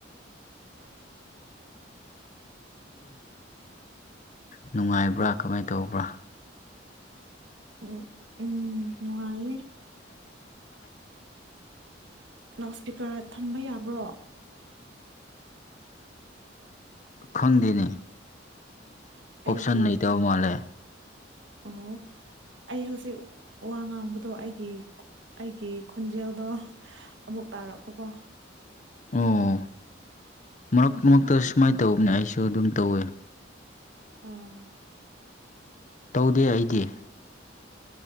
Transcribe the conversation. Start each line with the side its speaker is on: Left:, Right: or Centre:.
Right: ꯍ <unintelligible>
Left: ꯅꯨꯡꯉꯥꯏꯕ꯭ꯔꯥ ꯀꯃꯥꯏꯅ ꯇꯧꯕ꯭ꯔꯥ
Right: ꯎꯝ ꯎꯝ ꯅꯨꯡꯉꯥꯏꯌꯦ ꯂꯥꯎꯠ ꯁ꯭ꯄꯤꯀꯔ ꯊꯝꯕ ꯌꯥꯕ꯭ꯔꯣ
Left: ꯈꯪꯗꯦꯅꯦ
Right: ꯑꯩꯒꯤ
Left: ꯑꯣꯞꯁꯟ ꯂꯩꯇꯕ ꯃꯥꯜꯂꯦ
Right: ꯑꯣ ꯑꯩ ꯍꯧꯖꯤꯛ ꯋꯥ ꯉꯥꯡꯕꯗꯣ ꯑꯩꯒꯤ ꯑꯩꯒꯤ ꯈꯟꯖꯦꯜꯗꯣ ꯑꯃꯨꯛ ꯇꯥꯔꯛꯄꯀꯣ
Left: ꯑꯣ ꯃꯔꯛ ꯃꯔꯛꯇ ꯁꯨꯃꯥꯏꯅ ꯇꯧꯕꯅꯦ ꯑꯩꯁꯨ ꯑꯗꯨꯝ ꯇꯧꯋꯦ
Right: ꯑꯥ
Left: ꯇꯧꯗꯦ ꯑꯩꯗꯤ